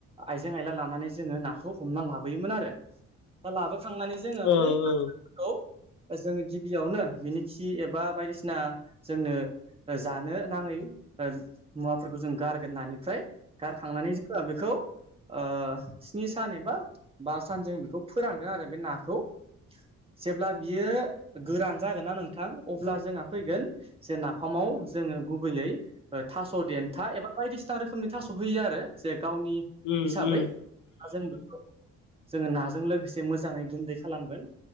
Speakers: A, on the right (about 20°); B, on the left (about 75°).
A: आइजें आइला लानानै जोङो नाखौ हमना लाबोयोमोन आरो दा लाबोखांनानै जोङो
B: ओ,
A: बै
B: ओ.
A: खौ जोङो गिबियावनो बिनि खि एबा बायदिसिना जोंनो जानो नाङै ओ मुवाफोरखौ जों गारगोन नानिफ्राय। गारखांनानै जोङो बेखौ ओ स्नि सान एबा बा सान जों बेखौ फोरानो आरो बे नाखौ। जेब्ला बियो गोरान जागोन ना नोंथां अब्ला जोंहा फैगोन जे नाफामाव जोङो गुबैयै थास' देन्था एबा बायदिसिना रोखोमनि थास' होयो आरो जे गावनि
B: उम,
A: हिसाबै।
B: उम.
A: दा जों बेखौ जोङो नाजों लोगोसे मोजाङै गुन्दै खालामगोन।